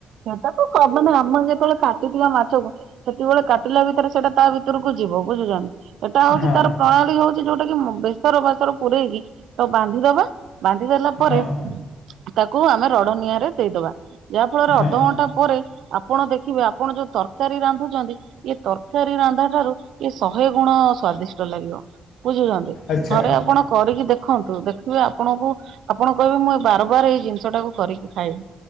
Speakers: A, on the right; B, on the left.
A: ସେଟା ତ କମନ ଆମର ଯେତେବେଳେ କାଟିଥିବା ମାଛକୁ ସେତେବେଳେ କାଟିଲା ଭିତରେ ସେଇଟା ତା ଭିତରକୁ ଯିବ ବୁଝୀଲ। ଏଇଟା ହଉଛି
B: ହଁ
A: ତାର ପ୍ରଣାଳୀ ହଉଛି ଯୋଉଟା କି ମ ବେସର ଭେସର ପୂରେଇକି ତ ବାନ୍ଧିଦବା, ବାନ୍ଧି ଦେଲା ପରେ
B: ହଁ
A: ତାକୁ ଆମେ ରଡ ନିଆଁରେ ଦେଇଦବା। ଯାହା ଫଳରେ
B: ହଁ
A: ଅଧଘଣ୍ଟା ପରେ ଆପଣ ଦେଖିବେ ଆପଣ ଯୋଉ ତରକାରୀ ରାନ୍ଧୁଛନ୍ତି। ଏ ତରକାରୀ ରନ୍ଧା ଠାରୁ ଏ ଶହେ ଗୁଣ ସ୍ଵାଦିଷ୍ଟ ଲାଗିବ। ବୁଝୁଛନ୍ତି
B: ଆଚ୍ଛା
A: ଥରେ ଆପଣ କରିକି ଦେ ଦେଖନ୍ତୁ ଦେଖିବେ ଆପଣଙ୍କୁ ଆପଣ କହିବେ, ମୁଁ ଏ ବାର ବାର ଏଇ ଜିନିଷ ଟାକୁ କରିକି ଖାଇବି।